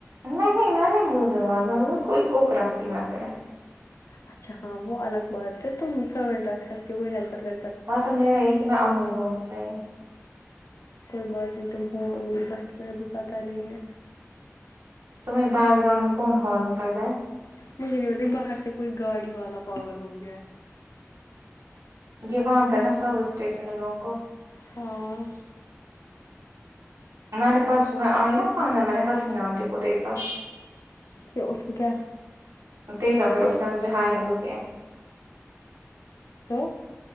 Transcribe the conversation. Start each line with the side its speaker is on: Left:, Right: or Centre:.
Right: نہیں نہیں میں نہیں بولا وال کوئی کوک رکھتی میں پھر
Left: اچھا ہاں وہ الگ بات ہے تم سرونٹ رکھ سکتے ہو کوئی ہیلپر وی
Right: ہاں تو میرا ایک نا امیر ہونی چاہیے
Left: کوئی بات نہیں تم ہو امیر بس تمہیں ابھی پتا نہیں ہے
Right: تمہیں بیک گراؤنڈ میں کون ہورن کر رہا
Left: مجھے نہیں پتا باہر سے کوئی گاڑی والا پاگل ہو گیا ہے
Right: یہ وہاں پہ نا سروس اسٹیشن تم لوگوں کو
Left: ہاں
Right: میں نے پرسوں میں آئی نا خننان میں نے حسنہ آنٹی کو دیکھا
Left: کہ اس کو کیا
Right: دیکھا پھر اس نے مجھے ہائی ہیلو کیا
Left: تو